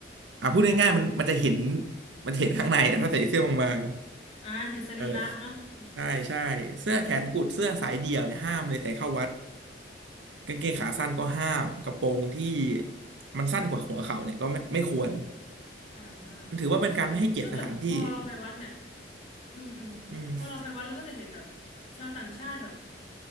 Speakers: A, on the right (about 75°); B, on the left (about 35°).
A: อ่ะพูดง่ายๆมันมันจะเห็น
B: อ่า
A: มันเห็นข้างในอะถ้าใส่เสื้อบาง
B: อ่าเห็นสรีระเนาะอืม
A: ๆเออใช่ใช่เสื้อแขนกุดเสื้อสายเดี่ยวเนี่ยห้ามเลยใส่เข้าวัด
B: อื
A: กางเกงขาสั้นก็ห้ามกระโปรงที่
B: ม
A: มันสั้นกว่าหัวเข่าเนี่ยก็ไม่ไม่ควร
B: อ่า
A: มันถือว่าเป็นการไม่ให้เกียรติสถานที่
B: ก็จะพอเราไปวัดเนี่ยอืมอืมพอเราไปวัดเราก็จะเห็นแบบ
A: อืม
B: ชาวต่างชาติแบบ